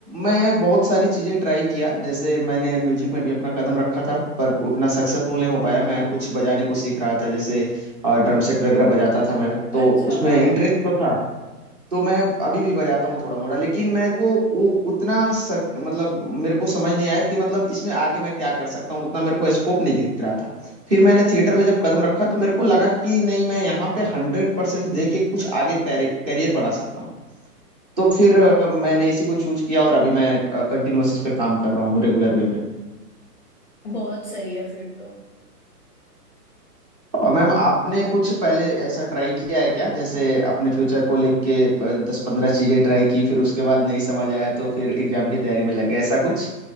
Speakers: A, on the right; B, on the left.
A: मैं बहुत सारी चीज़ें ट्राई किया जैसे मैंने म्यूजिक में भी अपना कदम रखा था पर उतना सक्सेसफुल नहीं हो पाया मैं कुछ बजाने को सीख रहा था जैसे ड्रम सेट वगैरह बजाता था मैं तो
B: अच्छा
A: उसमें
B: वाह
A: इंटरेस्ट
B: वाह
A: तो था तो मैं अभी भी बजाता हूँ थोड़ा मोड़ा लेकिन मेरे को वो उतना सक, मतलब मेरे को समझ नहीं आया कि मतलब इसमें आगे मैं क्या कर सकता हूँ उतना मेरे को स्कोप नहीं दिख रहा था फिर मैंने थिएटर में जब कदम रखा तो मेरे को लगा कि नहीं मैं यहाँ पे हंड्रेड परसेंट दे के कुछ आगे करियर बना सकता हूँ तो फिर अ, मैंने इसी को चूज किया और अभी मैं कंटिन्यूअस इस पे काम कर रहा हूँ रेगुलर वे में
B: बहुत सही है फिर तो
A: और मैम आपने कुछ पहले ऐसा ट्राई किया है क्या जैसे अपने फ्यूचर को लेके दस पंद्रह चीजें ट्राई की फिर उसके बाद नहीं समझ आया तो फिर एग्जाम की तैयारी में लग गए ऐसा कुछ